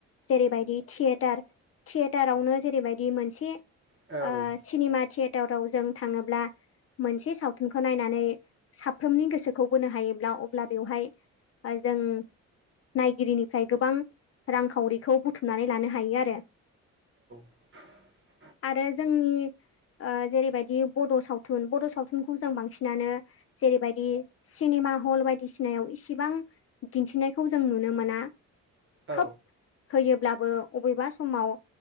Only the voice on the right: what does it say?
औ
<inaudible>
औ